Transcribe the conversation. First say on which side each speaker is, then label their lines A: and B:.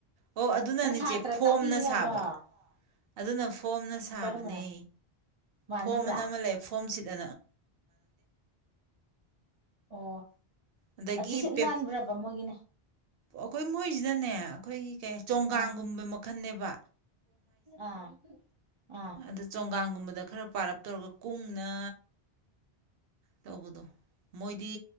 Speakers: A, on the right; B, on the right.
A: ꯑꯣ ꯑꯗꯨꯅ
B: ꯅꯣꯏ
A: ꯏꯆꯦ
B: ꯁꯥꯇ꯭ꯔ
A: ꯐꯣꯝꯅ
B: ꯇꯥꯛꯄꯤꯌꯨ ꯌꯥꯗ꯭ꯔꯣ
A: ꯁꯥꯕ ꯑꯗꯨꯅ ꯐꯣꯝ ꯁꯥꯕꯅꯦ
B: ꯀꯔꯝꯕꯅ ꯃꯥꯟꯅꯗꯕ꯭ꯔꯥ
A: ꯐꯣꯝ ꯑ ꯅ ꯑꯃ ꯂꯩ ꯐꯣꯝꯁꯤꯗ
B: ꯑꯣ
A: ꯑꯗꯒꯤ
B: ꯑ ꯁꯤꯠ
A: ꯄꯦꯞ
B: ꯅꯥꯟꯕ꯭ꯔꯕ ꯃꯒꯅꯦ
A: ꯑꯩꯈꯣꯏ ꯃꯣꯏꯁꯤꯗꯅꯦ ꯑꯩꯈꯣꯏꯒꯤ ꯀꯦ ꯆꯣꯡꯒꯥꯡꯒꯨꯝꯕ
B: ꯑꯥ
A: ꯑꯈꯟꯅꯕ
B: ꯑꯥ ꯑꯥ
A: ꯑꯗ ꯆꯣꯡꯒꯥꯡꯒꯨꯝꯕꯗ ꯈꯔ ꯄꯥꯔꯞ ꯇꯧꯔꯒ ꯀꯨꯝꯅ ꯇꯧꯕꯗꯣ ꯃꯣꯏꯗꯤ